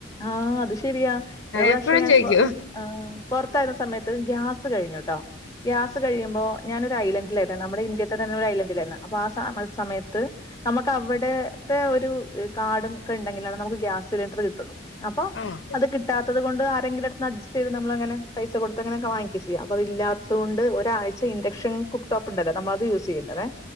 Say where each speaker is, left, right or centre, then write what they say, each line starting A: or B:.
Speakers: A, on the left; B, on the left.
A: ആഹ് അത് ശെരിയാ ഒര് പ്രാവശ്യം
B: എപ്പഴും
A: ഞാൻ
B: ചോയിക്കോ
A: ഇപ്പൊ ആഹ് പൊറത്തായിര്ന്ന സമയത്ത് ഗ്യാസ് കഴിഞ്ഞുട്ടോ ഗ്യാസ്
B: ആഹ്
A: കഴിയുമ്പോ ഞാനൊരു ഐലൻഡിലായതാ നമ്മടെ ഇന്ത്യെത്തന്നെ അങ്ങനൊര് ഐലൻഡിലാര്ന്ന് അപ്പ ആസാമല് സമയത്ത് നമ്മക്ക് അവിടെത്തെ ഒരു ഏഹ് കാർഡും ഒക്കെ ഇണ്ടെങ്കിലാണ് നമുക്ക് ഗ്യാസ് സിലിണ്ടർ കിട്ടൊള്ളു അപ്പൊ
B: ആണോ
A: അത് കിട്ടാത്തത് കൊണ്ട് ആരെങ്കിലും അട് ഒന്ന അഡ്ജസ്റ്റെയ്ത് നമ്മളങ്ങനെ പൈസ കൊടുത്ത് അങ്ങനെക്കെ വാങ്ങിക്ക്യാ ചെയ്യാ അപ്പ അത് ഇല്ലാത്തത് കൊണ്ട് ഒരാഴ്ച ഇൻഡക്ഷൻ കുക്ക് ടോപ്പ് ഇണ്ടല്ലോ നമ്മളത് യൂസ്സെയ്യേണ്ടതെ